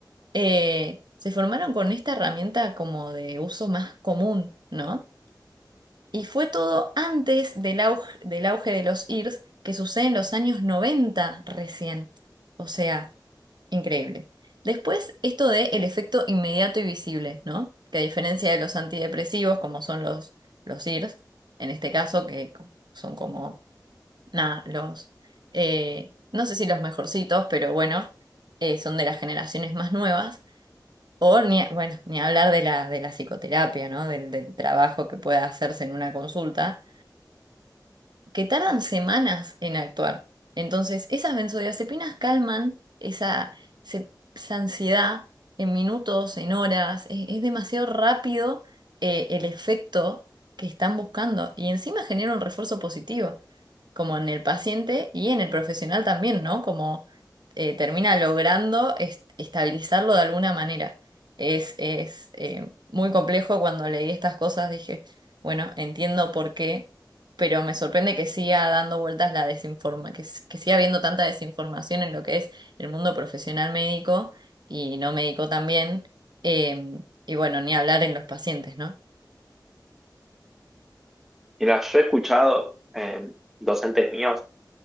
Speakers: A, on the right (about 70°); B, in the centre.
A: eh, se formaron con esta herramienta como de uso más común, ¿no? Y fue todo antes del auge, del auge de los IRS, que sucede en los años 90 recién. O sea, increíble. Después, esto de el efecto inmediato y visible, ¿no? Que a diferencia de los antidepresivos, como son los, los IRS, en este caso, que co- son como, nada, los, eh, no sé si los mejorcitos, pero bueno, eh, son de las generaciones más nuevas o ni, bueno, ni hablar de la, de la psicoterapia, ¿no? Del, del trabajo que pueda hacerse en una consulta que tardan semanas en actuar. Entonces, esas benzodiazepinas calman esa, se- esa ansiedad en minutos, en horas. Es, es demasiado rápido eh, el efecto que están buscando y encima genera un refuerzo positivo, como en el paciente y en el profesional también, ¿no? Como eh, termina logrando est- estabilizarlo de alguna manera. Es, es eh, muy complejo cuando leí estas cosas, dije, bueno, entiendo por qué pero me sorprende que siga dando vueltas la desinforma, que, s- que siga habiendo tanta desinformación en lo que es el mundo profesional médico y no médico también, eh, y bueno, ni hablar en los pacientes, ¿no?
B: Mira, yo he escuchado eh, docentes míos,